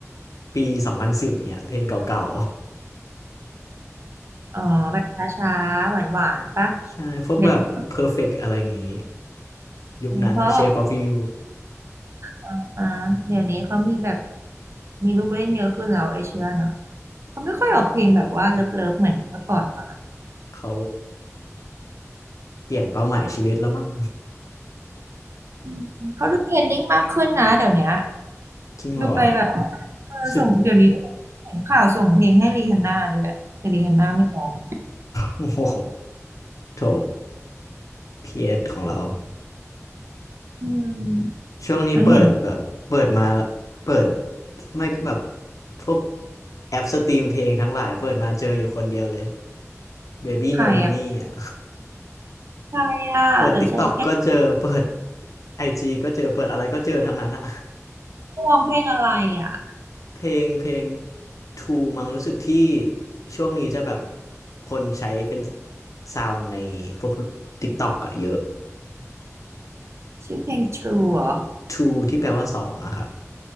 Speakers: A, on the left; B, on the right.
A: ปีสองพันสิบเนี่ยเพลงเก่า
B: อ๋อแบบช้าๆหวานๆปะ
A: ๆ <laughs> ใช่พวกแบบ
B: เดี๋ยวนี้
A: Perfect อะไรอย่างงี้ยุคนั้นนะ
B: เพราะบอก
A: Shape of You
B: อ่าอ่าเดี๋ยวนี้เขามีแบบมีลูกเล่นเยอะขึ้นแล้วเอ s ชิรันอ่ะเขาไม่ค่อยออกเพลงแบบว่าเลิฟๆเหมือนเมื่อก่อนแล้วนะ
A: เขาเปลี่ยนเป้าหมายชีวิตแล้วมั้ง
B: อืมเขาดูเทรนดิ้งมากขึ้นนะเดี๋ยวเนี้ย
A: <laughs> จริงเหรอ
B: ดูไปแบบเออส่งเดี๋ยวนี้
A: รู้สึก
B: เห็นข่าวส่งเพลงให้รีฮันน่าด้วยแต่รีฮันน่าไม่ร้อง
A: โอ้โหโถพีเอสของเรา
B: อืมมันเห็น
A: ช่วงนี้เปิดแบบเปิดมาเปิดไม่ก็แบบพวกแอปสตรีมเพลงทั้งหลายเปิดมาเจออยู่คนเดียวเลย Baby
B: ใครอ่ะ
A: No Money อ่ะ
B: ใครอ่ะหรือฉันแก้
A: เปิด TikTok ก็เจอเปิด IG ก็เจอเปิดอะไรก็เจอทั้งนั้นอะ
B: ตร้องเพลงอะไรอ่ะ
A: <laughs> เพลงเพลง Two มั้งรู้สึกที่ช่วงนี้จะแบบคนใช้เป็นซาวด์ในพวก TikTok อะเยอะ
B: ชื่อเพลง True เหรอ
A: Two ที่แปลว่าสองอะครับ